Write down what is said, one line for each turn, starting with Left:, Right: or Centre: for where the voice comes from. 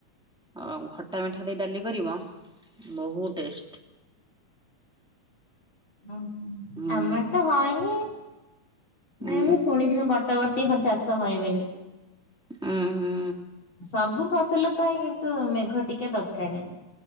Centre: ଅ ଖଟା ମିଠା ଦେଇ ଡାଲି କରିବ। ବହୁ ଟେଷ୍ଟ।
Left: ଉଁ ହୁଁ
Centre: ହୁଁ
Left: ଆମ ଆଡ଼େ ତ ହଏନି। ନାଇଁ
Centre: ଉଁ
Left: ମୁଁ ଶୁଣିଛି କ ବଟ ବଟି ହଁ ଚାଷ ହଏ ବୋଲି।
Centre: ଉଁ ହୁଁ
Left: ସବୁ ଫସଲ ପାଇଁ କିନ୍ତୁ ମେଘ ଟିକେ ଦରକାରେ।